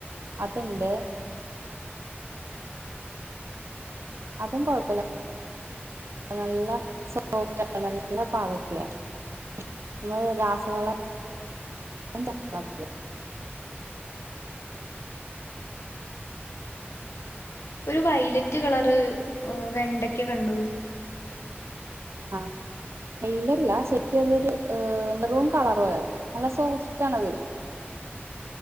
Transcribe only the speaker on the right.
അത്ണ്ട് അതും കൊഴപ്പല്ല നല്ല സോഫ്റ്റാ നല്ല പാവക്ക നമ്മള് രാസവള ച <unintelligible>
ആ <unintelligible> ലല്ല ശരിക്കും അതൊരു മെറൂൺ കളറ് പോല നല്ല സോഫ്റ്റ് ആണത്